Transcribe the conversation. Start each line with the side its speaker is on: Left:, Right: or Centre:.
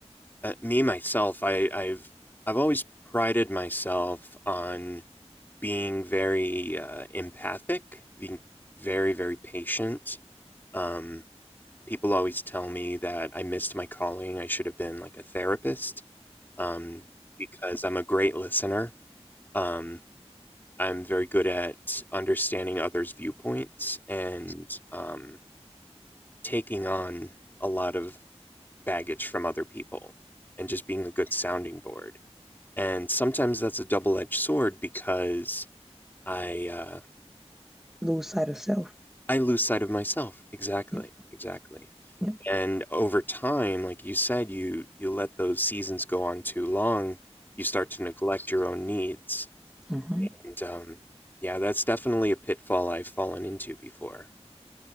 Left: uh, me myself, I I've I've always prided myself on being very uh, empathic, being very very patient. Um, people always tell me that I missed my calling. I should have been like a therapist um, because I'm a great listener. Um, I'm very good at understanding others' viewpoints and um, taking on a lot of baggage from other people and just being a good sounding board. And sometimes that's a double edged sword because I uh,
Centre: lose sight of self.
Left: I lose sight of myself. Exactly.
Centre: Yep,
Left: Exactly.
Centre: yep.
Left: And over time, like you said, you you let those seasons go on too long, you start to neglect your own needs.
Centre: hmm
Left: And um, yeah, that's definitely a pitfall I've fallen into before.